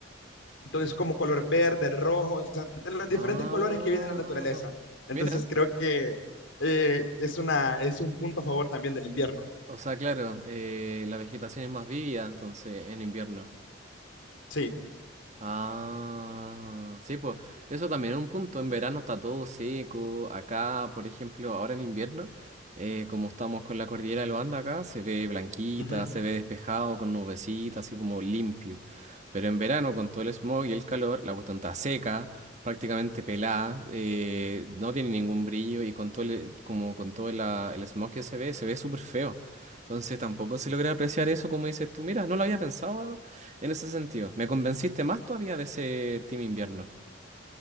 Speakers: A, on the left (about 80°); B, on the right (about 35°).
A: todo es como color verde, rojo, o sea, de los diferentes
B: Ah,
A: colores que viene en la naturaleza. Entonces
B: mira.
A: creo que eh, es una, es un punto a favor también del invierno.
B: O sea, claro, eh, la vegetación es más vívida entonces en invierno.
A: Sí.
B: Ah, sí, pues eso también es un punto. En verano está todo seco. Acá, por ejemplo, ahora en invierno, eh, como estamos con la cordillera de los Andes acá, se ve blanquita,
A: Ujú.
B: se ve despejado con nubecitas, así como limpio. Pero en verano, con todo el smog y el calor, la cuestión está seca, prácticamente pelada, eh, no tiene ningún brillo y con todo el, como con todo la- el smog que se ve, se ve súper feo. Entonces tampoco se logra apreciar eso, como dices tú. Mira, no lo había pensado en ese sentido, me convenciste más todavía de ser Team Invierno.